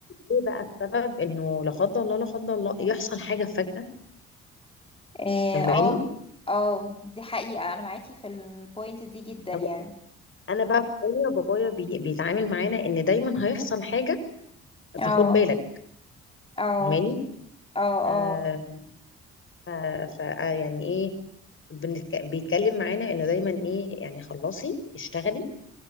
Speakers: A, on the left; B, on the left.
A: ايه بقى السبب انه لا قدر الله لا قدر الله يحصل حاجه فجأة
B: اه
A: فاهماني
B: اه آه، دي حقيقة انا معاكي في البوينت دي جدا يعني
A: أو- انا بقى بابايا بابايا بي بيتعامل معانا ان دايما هيحصل حاجه
B: اه
A: فخد بالك
B: اه
A: فاهماني
B: اه
A: آه
B: اه
A: ف ف- آه، يعني ايه بنتك... بيتكلم معانا انه دايما ايه يعني خلصي اشتغلي